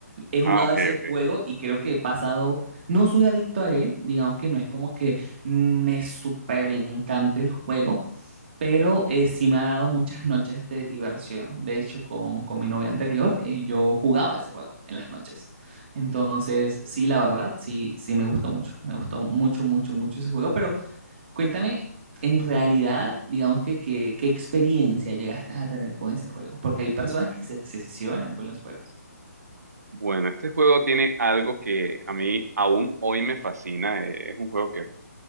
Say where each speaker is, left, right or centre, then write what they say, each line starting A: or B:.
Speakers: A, on the right (about 45°); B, on the right (about 65°).
A: He jugado
B: Ah, ok,
A: ese juego
B: ok.
A: y creo que he pasado, no soy adicto a él, digamos que no es como que me súper encanta el juego, pero eh, sí me ha dado muchas noches de diversión. De hecho, con, con mi novia anterior, eh, yo jugaba ese juego en las noches. Entonces, sí, la verdad, sí, sí me gustó mucho, me gustó mucho, mucho, mucho ese juego, pero Cuéntame, en realidad, digamos que, que- qué experiencia llegaste a tener con ese juego, porque hay personas que se obsesionan con los juegos.
B: Bueno, este juego tiene algo que a mí aún hoy me fascina. Eh, es un juego que